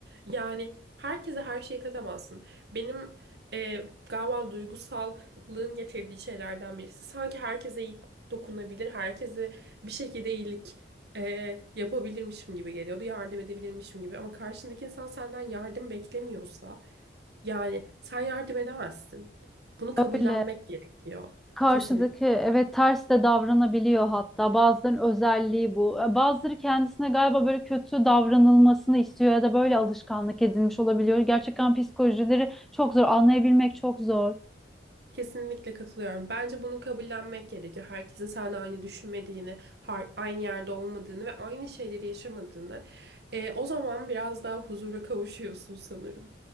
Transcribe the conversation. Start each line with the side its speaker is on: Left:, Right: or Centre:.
Right: Yani herkese her şeyi katamazsın. Benim e, galiba duygusallığın getirdiği şeylerden birisi. Sanki herkese iyi dokunabilir, herkese bir şekilde iyilik e, yapabilirmişim gibi geliyordu. Yardım edebilirmişim gibi. Ama karşındaki insan senden yardım beklemiyorsa yani sen yardım edemezsin. Bunu kabullenmek
Centre: <laughs> Öyle.
Right: gerekiyor.
Centre: Karşıdaki
Right: Kesinlikle.
Centre: evet ters de davranabiliyor hatta bazılarının özelliği bu. E, Bazıları kendisine galiba böyle kötü davranılmasını istiyor ya da böyle alışkanlık edinmiş olabiliyor. Gerçekten psikolojileri çok zor anlayabilmek çok zor.
Right: Kesinlikle katılıyorum. Bence bunu kabullenmek gerekiyor. Herkesin seninle aynı düşünmediğini, har- aynı yerde olmadığını ve aynı şeyleri yaşamadığını. Ee, o zaman biraz daha huzura kavuşuyorsun sanırım.